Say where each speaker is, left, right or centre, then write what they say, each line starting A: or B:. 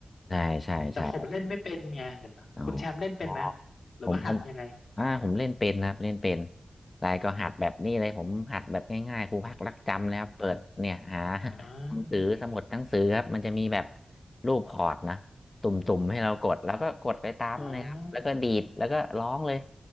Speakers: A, on the left; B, on the left.
A: ใช่ใช่ใช่
B: แต่ผมเล่นไม่เป็นไงเดี๋ยวนะคุณแชมป์เล่นเป็นไหม
A: อ๋อ
B: หรือว่าหัดยังไง
A: ผมผมอ่าผมเล่นเป็นนะครับเล่นเป็นรายก็หัดแบบนี้เลยผมหัดแบบง่ายๆครูพักรักจำนะครับเปิดเนี่ยหา
B: อ๋อ
A: หนังสือสมุดหนังสือครับมันจะมีแบบรูปคอร์ดนะตุ่มๆให้เรากดแล้วก็กดไปตามมันเลยครับแล้วก็ดีดแล้วก็ร้องเลย
B: อ๋อ